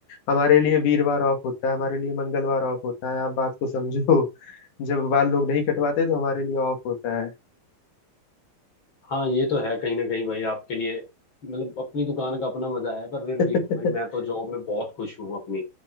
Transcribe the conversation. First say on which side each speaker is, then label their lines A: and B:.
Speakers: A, on the left; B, on the left.
A: हमारे लिए वीरवार ऑफ होता है हमारे लिए मंगलवार ऑफ होता है आप बात को समझो जब बाल लोग नहीं कटवाते तो हमारे लिए ऑफ होता है
B: हाँ ये तो है कहीं ना कहीं भाई आपके लिए मतलब अपनी दुकान का अपना मजा है पर फिर
A: <laughs>
B: भी भाई मैं तो जॉब में बहुत खुश हूँ अपनी